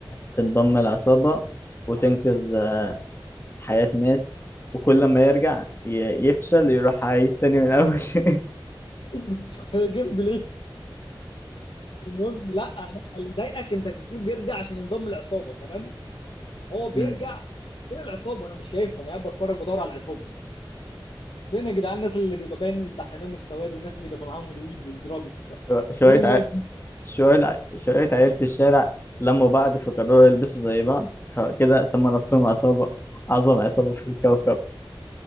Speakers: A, on the left; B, on the left.
A: تنضم العصابة وتنقذ آه، حياة ناس وكل ما يرجع ي... يفشل يروح عيد تاني من أول <laughs>
B: <laughs> هي جيم بلاي المهم لا لا اللي ضايقك انت بتقول بيرجع عشان ينضم العصابه تمام هو بيرجع
A: مم.
B: فين العصابه انا مش شايفها انا قاعد بتفرج بدور على العصابه فين يا جدعان الناس اللي بيبقى باين تحت عينيهم السواد والناس اللي بيبقى معاهم الويد والدراجز
A: شو- شوية
B: فين الناس
A: ع... شوية شوية عيال في الشارع لموا بعض فقرروا يلبسوا زي بعض فكده سموا نفسهم عصابة أعظم عصابة في الكوكب